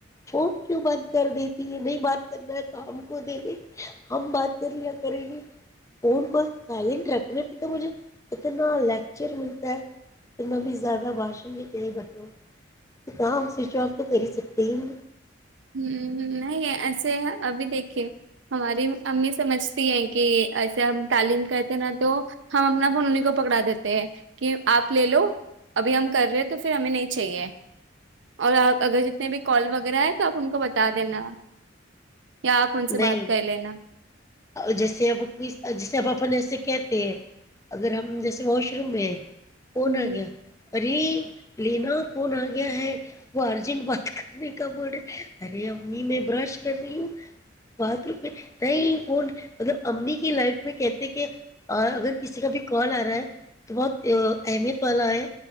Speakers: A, on the left; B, on the right.
A: فون کیوں بند کر دیتی یہ نہیں بات کرنا ہے تو ہم کو دے د ہم بات کر لیا کریں گی فون کو سالنٹ رکھ تو مجھے اتنا لیکچر ملتا ہے اتنا بھی زیادہ بھاشن بتا تو ہم سوئچ آف تو کر ہی سکتے ہ
B: ہ نہیں ایسے ابھی دیکھیے ہماری امی سمجھتی ہیں کہ ایسے ہم تعلیم کہتے ہیں نا تو ہم اپنا فون انہیں کو پکڑا دیتے ہیں کہ آپ لے لو ابھی ہم کر رہے ہیں تو پھر ہمیں نہیں چاہیے اور آپ اگر جتنے بھی کال وغیرہ ہے آپ ان کو بتا دینا یا آپ ان سے
A: نہیں
B: بات کر لینا
A: جیسے اب جیسے اب اپنے ایسے کہتے ہیں اگر ہم جیسے واش روم میں فون
B: ہوں۔
A: آگیا ارے لینا فون آ گیا ہے وہ ارجنٹ بات کرنے کا ب رہے ارے ا امی میں برش کر رہی ہو باتھ روم میں نہیں فون مطلب امی کی لائف میں کہتے کہ اگر کسی کا بھی کال آ رہا ہے تو بہت اہمیت والا ہے